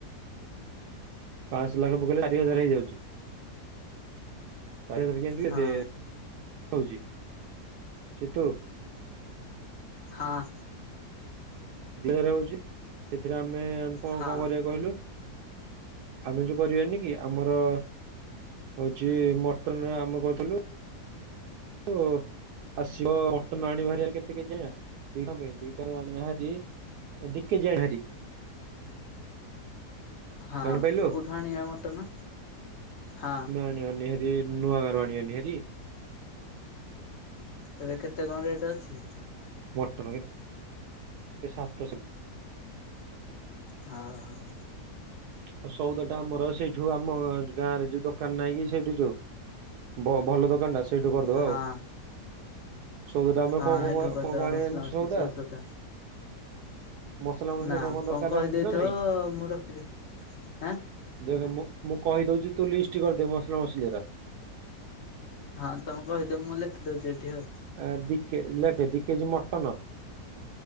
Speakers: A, on the right; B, on the left.
A: ପାଞ୍ଚ ଶହ ଲେଖା ପକେଇଲେ ଚାରି ହଜାର ହେଇଯାଉଛି। ଚାରି ହଜାରେ କେମିତିକି
B: ହଁ।
A: ଦେ ହଉଛି ସିତୁ
B: ହଁ।
A: ଦି ହଜାରେ ହଉଛି ସେଥିରେ ଆମେ କଣ
B: ହଁ
A: କଣ କରିବା କହିଲୁ? ଆମେ ଯୋଉ କରିବାନି କି ଆମର ହଉଛି ମଟନରେ ଆମେ କହୁଥିଲୁ। ଓ। ଆସିବ ମଟନ ଆଣିବା ହେରି କେତେ କେଜି ଆ ଦିଜଣଙ୍କ ପାଇଁ ଦିଥର ଆଣିବା ହେରି ଦି କେଜି ଆଣିବା ହେରି।
B: ହଁ
A: ଜାଣିପାରିଲୁ
B: କୋଉଠୁ ଆଣିବା ମଟନ ହଁ।
A: <unintelligible> ନୂଆଁ ଗାଁରୁ ଆଣି <unintelligible> ହେରି
B: ଏବେ କେତେ କଣ ରେଟ୍ ଅଛି?
A: ମଟନ କେ ଏ ସାତଶହ
B: ହଉ ହଉ।
A: ଆଉ ସଉଦଟା ଆମର ସେଇଠୁ ଆମ ଗାଁରେ ଯୋଉ ଦୋକାନ ନାହିଁ କି ସେଇଠୁ ଯୋଉ ବ-ଭଲ ଦୋକାନଟା ସେଇଠୁ କରିଦବା
B: ହଁ
A: ଆଉ। ସୋଉଦା ଆମର
B: ହଁ
A: କଁ କଁ
B: ହେଇଠୁ
A: କଁ
B: କରିଦବା
A: କଁ କଁ ଆଣିବାନି
B: ମସଲା ମସଲି
A: ସଉଦା
B: ସବୁ ସଦା
A: ମସଲା ମସଲି
B: ନା କଣ
A: ଦରକାର
B: କହିଦେଇଥିବ
A: ଜାଣିଛୁ ନା ନାଇଁ
B: ମୁଁ ରଖିଦେ ହାଁ
A: ଦେଖ ମୁଁ ମୁଁ କହିଦଉଚି ତୁ ଲିଷ୍ଟ କରିଦେ ମସଲା ମସଲି ରା।
B: ହଁ ତମେ କହିଦିଅ ମୁଁ ଲେଖିଦଉଚି ଏଇଠି ଆଉ।
A: ଏ ଦିକେ ଲେଖେ ଦି କେଜି ମଟନ।